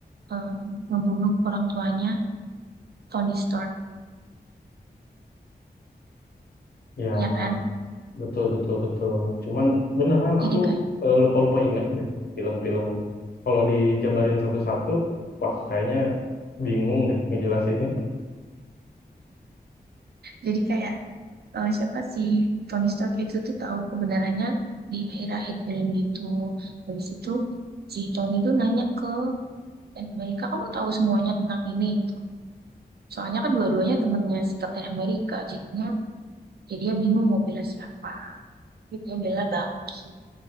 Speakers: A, on the right; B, on the left.
A: eh, ngebunuh orang tuanya Tony Stark,
B: ya
A: ya kan?
B: betul betul betul cuman beneran
A: Jadi
B: aku
A: kayak
B: eh, lupa-lupa inget deh film-film kalau dijabarin satu-satu wah kayaknya bingung deh ngejelasinnya <laughs>
A: Jadi kayak eh, siapa si Tony Stark itu tuh tahu kebenarannya di akhir-akhir film gitu. Habis itu si Tony tuh nanya ke Captain America, kamu tahu semuanya tentang ini gitu. Soalnya kan dua-duanya temennya si Captain America, jadinya jadi dia bingung mau bela siapa. Jadi dia bela Bucky.